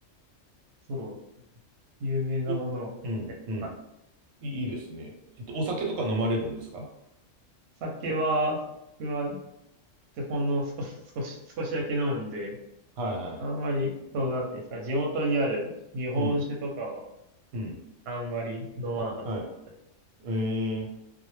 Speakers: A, on the right (about 60°); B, on the right (about 80°).
A: そうですね。有名なものは大体あります。
B: お、うん、うん。いい、いいですね。えっと、お酒とか飲まれるんですか
A: 酒は、僕は、でほんの少し、少し、少しだけ飲むんで、
B: はいはい。
A: あんまり、そうなんていうんですか、地元にある日本酒とかは、
B: うん、うん。
A: あんまり飲まなかった。
B: はい。え